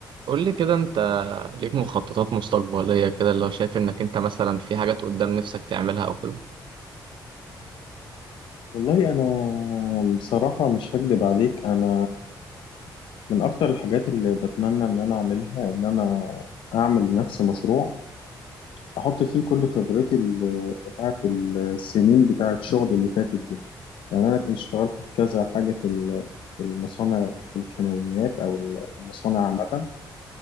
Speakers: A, on the right; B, on the left.
A: قول لي كده انت ليك مخططات مستقبلية كده اللي هو شايف انك انت مثلا في حاجات قدام نفسك تعملها او كده
B: والله أنا بصراحة مش هكدب عليك أنا من أكتر الحاجات اللي بتمنى إن أنا أعملها إن أنا أعمل لنفسي مشروع أحط فيه كل خبرتي ال- بتاعة السنين بتاعة الشغل اللي فاتت دي يعني أنا كنت اشتغلت في كذا حاجة في ال- في المصانع الكيماويات أو المصانع عامة